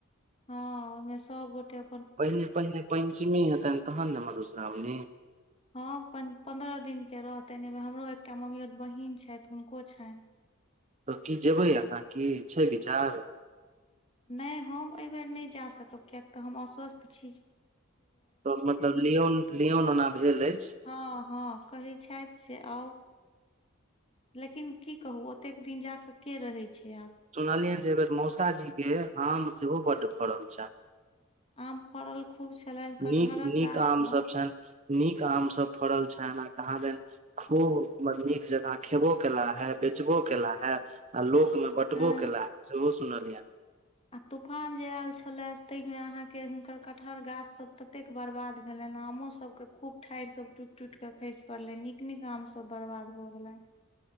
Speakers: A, on the left (about 30°); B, on the right (about 35°).
A: हँ ओहिमे सब गोटे अ
B: पहिने पहिने पञ्चमी हेतैन तहन ने मधुश्रावणी
A: हँ पन्द्रह दिन के रहतनि एहि हमरो एकटा मम्मियोत बहिन छथि हुनको छनि
B: त की जेबै अहाँ की छै विचार
A: नहि हम एहिबेर नहि जा सकब किएक तऽ हम अस्वस्थ छी जे
B: त मतलब लियोन लियोन ओना भेल अछि
A: हँ हँ कहै छथि जे आउ लेकिन की कहू ओतेक दिन जा क के रहैत छै आब
B: सुनलियनि जे एहि बेर मौसाजी के आम सेहो बड्ड फड़ल छै
A: आम फड़ल खूब छलनि
B: छनि
A: कटहरक
B: नीक नीक
A: गाछ
B: आम
A: सब
B: छनि नीक आम सभ फड़ल छनि आ कहां दन खूब मत नीक जकाँ खेबो केला हे बेचबो केला हे आ लोक मे बटबो
A: हँ
B: केला सेहो सुनलियन
A: आ तूफान जे आयल छले ताहि मे अहाँके हुनकर कठहर गाछ सब ततेक बर्बाद भेलनि आमो सब के खूब ठाढ़ि सब टूटि टूटि के खसि पड़लन्हि नीक नीक आम सब बर्बाद भ गेलनि